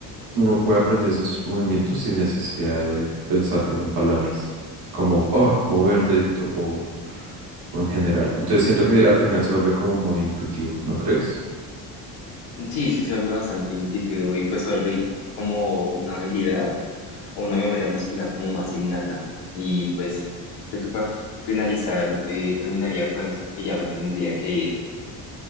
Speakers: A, on the right (about 65°); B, on the left (about 80°).
A: uno puede aprender esos movimientos sin necesidad de pensarlo en palabras, como ah, mover dedito o, o en general. Entonces siento que al final se vuelve como muy intuitivo, ¿no crees?
B: Sí, sí, se vuelve bastante intuitivo y pues se vuelve como una habilidad o una memoria muscular como más innata. Y pues creo que para finalizar, eh, terminaría con eso, porque ya me tendría que ir.